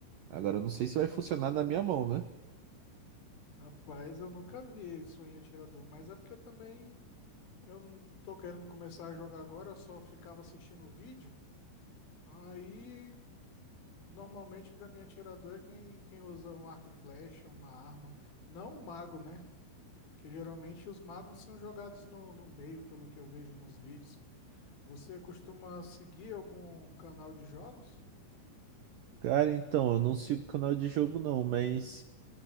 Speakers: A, on the right (about 80°); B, on the left (about 50°).
A: Agora eu não sei
B: <laughs>
A: se vai funcionar
B: Mano,
A: na minha mão, né?
B: rapaz, eu nunca vi Swain atirador. Mas é porque também. Eu não tô querendo começar a jogar agora, eu só ficava assistindo o vídeo. Aí, normalmente, pra mim, atirador é quem, quem usa um arco e flecha, uma arma. Não um mago, né? Que geralmente os magos são jogados no, no meio, pelo que eu vejo nos vídeos. Você costuma seguir algum canal de jogos?
A: Cara, então, eu não sigo canal de jogo não, mas